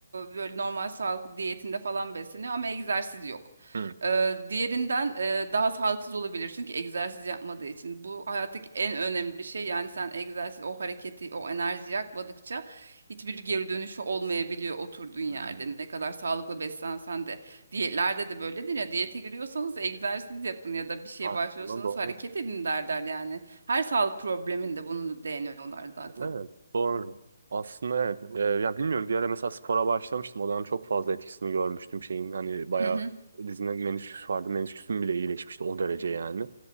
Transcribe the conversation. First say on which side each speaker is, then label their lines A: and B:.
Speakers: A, on the right; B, on the right.
A: böyle normal sağlıklı diyetinde falan besleniyor ama egzersiz yok.
B: hmm,
A: E, diğerinden e, daha sağlıksız olabilir çünkü egzersiz yapmadığı için. Bu hayattaki en önemli şey yani sen egzersiz o hareketi o enerjiyi yakmadıkça hiçbir geri dönüşü olmayabiliyor oturduğun yerde.
B: hmm.
A: Ne kadar sağlıklı beslensen de Diyetlerde de böyledir ya diyete giriyorsanız egzersiz yapın ya da bir şeye
B: Aslında
A: başlıyorsanız
B: doğru.
A: hareket edin derler yani. Her sağlık probleminde bunu değiniyorlar zaten.
B: Evet, doğru. Aslında evet. Ee, ya bilmiyorum bir ara mesela spora başlamıştım. O dönem çok fazla etkisini görmüştüm şeyin. Hani bayağı
A: Hı hı.
B: dizimde menisküs vardı. Menisküsüm bile iyileşmişti o derece yani.